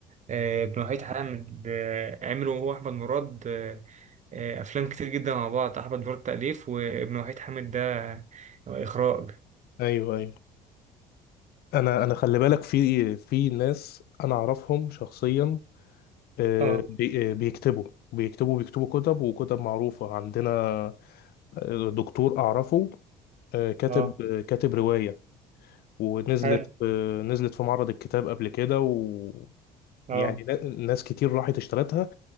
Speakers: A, on the right; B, on the left.
A: آه، ابن وحيد حامد آه، عملوا هو احمد مراد آه، آه، افلام كتير جدا مع بعض احمد مراد تاليف وابن وحيد حامد ده اخراج
B: ايوه ايوه انا انا خلي بالك في في ناس انا اعرفهم شخصيا آه،
A: اه
B: بي- آه، بيكتبوا بيكتبوا بيكتبوا كتب وكتب معروفة عندنا آه، دكتور اعرفه آه، كاتب
A: اه
B: آه، كاتب رواية ونزلت
A: حلو
B: آه، نزلت في معرض الكتاب قبل كده و
A: اه
B: يعني نا- ناس كتير راحت اشترتها